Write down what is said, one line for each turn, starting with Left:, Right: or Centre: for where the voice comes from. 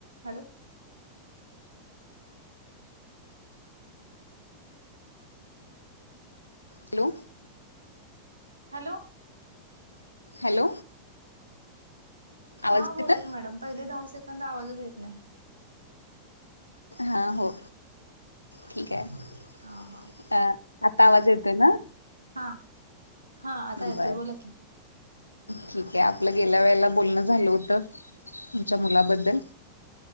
Right: Hello.
Left: Hello.
Right: Hello.
Left: Hello आवाज
Right: हा बोला
Left: येतोय
Right: की मॅडम पहिले दहा सेकंद आवाजच येत नाही.
Left: हा हो, ठीक आहे.
Right: आ हा.
Left: अ आता आवाज येतोय ना
Right: हा, हा आता येतोय
Left: बर
Right: बोला की.
Left: ठीक आहे आपलं गेल्या वेळेला बोलणं झालं होतं तुमच्या मुलाबद्दल.